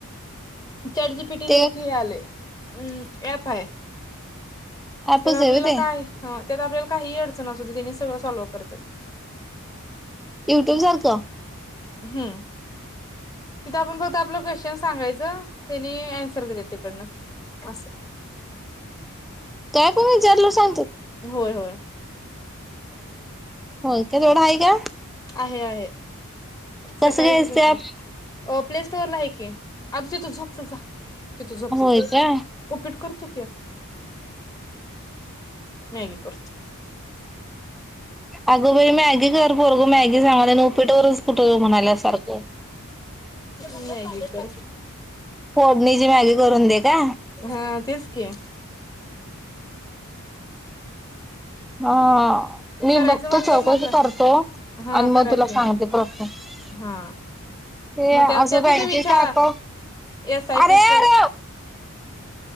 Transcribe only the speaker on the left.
चडची पिटी
हे एक हेळाले. हम्म याफ आहे.
तर आपल्याला
काय ह. त्यात आपल्याला काही अडचण अस त्यांनी सगळं सॉल्व करतात.
हम् तिथं आपण फक्त आपला क्वेश्चन सांगायचं त्याने अन्सर दिले तिकडनं अस.
होय होय.
आहे आहे.
सकाळी
घेतले
प्ले सोरला आहे क त झोपच जा. तिथ झपत
उपीट करतो. <unintelligible> करतो
मॅगच
हा तेच ओके
करायचं
म्हणलं
मग
हा
करा
की
हा मग
त्या त्या तिथे
विचारा
एस आय
पीचं